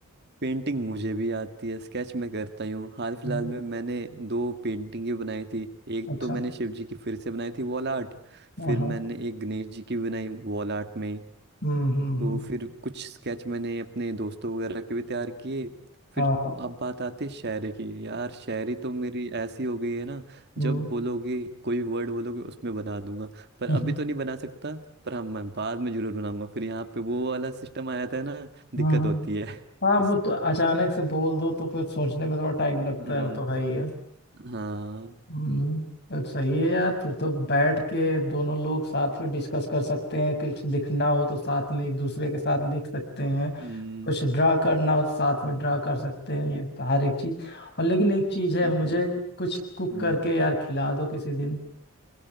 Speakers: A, on the right (about 50°); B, on the left (about 50°).
A: पेंटिंग मुझे भी आती है स्केच मैं करता ही हूँ हाल फिलहाल
B: हम्म,
A: में मैंने दो पेंटिंग ही बनाई थी एक
B: अच्छा
A: तो मैंने शिव जी की फिर से बनाई थी वॉल आर्ट
B: हाँ
A: फिर
B: हाँ
A: मैंने एक गणेश जी की बनाई वॉल आर्ट में
B: हम्म हम्म
A: तो
B: हम्म,
A: फिर कुछ स्केच मैंने अपने दोस्तों वगैरह के भी तैयार किए फिर
B: हाँ हाँ,
A: अब बात आती है शायरी की यार शायरी तो मेरी ऐसी हो गई है ना
B: हम्म
A: जब बोलोगे कोई वर्ड बोलोगे उसमें बना दूंगा पर
B: <laughs> हम्म,
A: अभी तो नहीं बना सकता पर हाँ मैं बाद में जरूर बनाऊंगा फिर यहाँ पे वो वाला सिस्टम आया था ना दिक्कत
B: हम्म,
A: होती है
B: हाँ
A: <laughs>
B: हाँ, वो
A: इस
B: तो अचानक से बोल दो तो फिर सोचने में थोड़ा टाइम लगता
A: हम्म
B: है वो तो है ही है
A: हाँ
B: हम्म तो सही है यार फिर तो बैठ के दोनों लोग साथ
A: <laughs>
B: में डिस्कस कर सकते हैं कुछ लिखना हो तो साथ में एक दूसरे के साथ लिख सकते हैं
A: हम्म
B: कुछ ड्रा करना हो तो साथ
A: हम्म,
B: में ड्रा कर सकते हैं ये तो हर एक चीज और लेकिन एक चीज है
A: हाँ,
B: मुझे
A: सही बात
B: कुछ कुक
A: है।
B: करके यार खिला दो किसी दिन